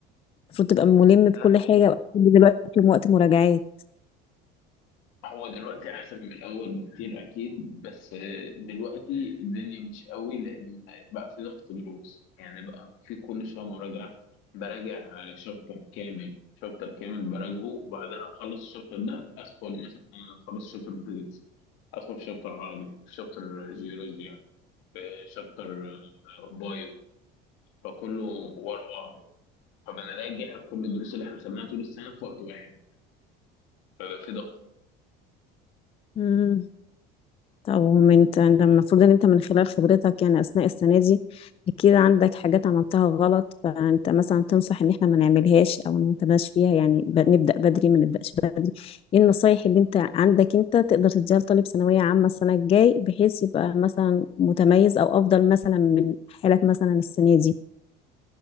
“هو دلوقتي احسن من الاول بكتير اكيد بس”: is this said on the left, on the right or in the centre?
Left